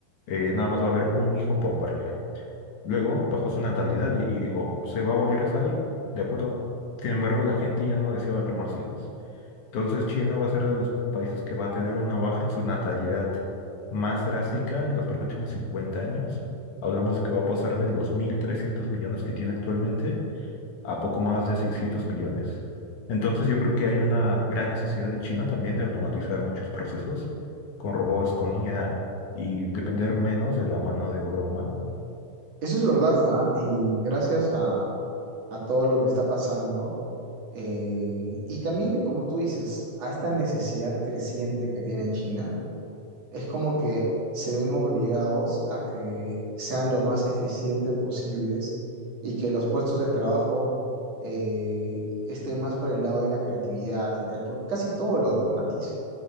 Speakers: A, on the left; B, on the right.
A: eh, nada más va a haber un hijo por pareja. Luego bajó su natalidad y, y dijo, ¿se va a volver a salir? De acuerdo. Sin embargo, la gente ya no deseaba ver más hijos. Entonces China va a ser de los países que va a tener una baja en su natalidad más drástica en los próximos 50 años. Hablamos de que va a pasar de los 1.300 millones que tiene actualmente a poco más de 600 millones. Entonces yo creo que hay una gran necesidad de China también de automatizar muchos procesos con robots, con IA y depender menos de la mano de obra humana.
B: Eso es verdad, ¿ah? Y gracias a, a todo lo que está pasando Eh, y también, como tú dices, a esta necesidad creciente que tiene China, es como que se ven obligados a que sean lo más eficientes posibles y que los puestos de trabajo eh, estén más por el lado de la creatividad y tal, porque casi todo lo automatiza.